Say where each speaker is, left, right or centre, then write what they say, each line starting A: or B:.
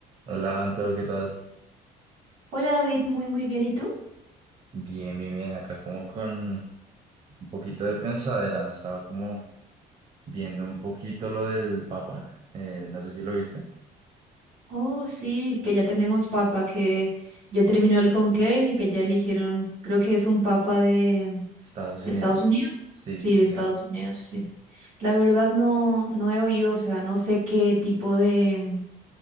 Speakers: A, on the right; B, on the right.
A: Hola, Anto, ¿qué tal?
B: Hola David, muy muy bien. ¿Y tú?
A: Bien, bien, bien. Acá como con un poquito de pensadera. Estaba como viendo un poquito lo del Papa. eh, no sé si lo viste.
B: Oh, sí, que ya tenemos papa, que ya terminó el conclave y que ya eligieron, creo que es un papa de,
A: Estados
B: de
A: Unidos.
B: Estados Unidos.
A: Sí,
B: Sí,
A: sí,
B: de Estados
A: sí.
B: Unidos, sí. La verdad no, no he oído, o sea, no sé qué tipo de, mm,